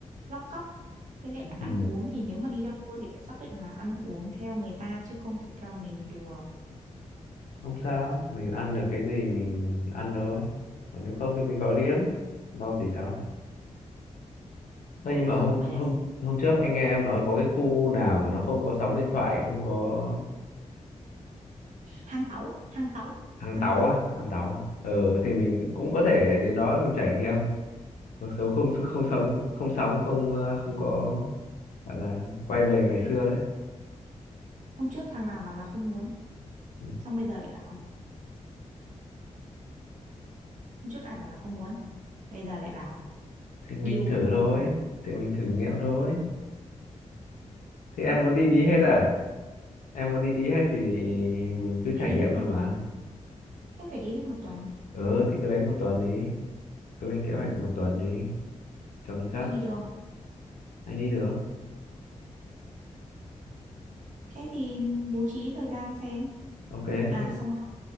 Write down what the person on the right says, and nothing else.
lóc cóc với lại ăn
uống thì nếu mà đi ra cua thì phải xác định là ăn uống theo người ta chứ không thể theo mình được
cũng
được
với lại
hàng tấu hàng tấu
hàng
tấu
ừ.
hôm trước thằng nào bảo là không muốn
xong bây giờ lại bảo hôm trước ai bảo là không muốn bây giờ lại bảo
điều
nó vừa
thôi
phải
đi
hết một
tuần thế phải đi hết một tuần
anh đi được không
Thế thì bố trí thời gian xem.
À
xong là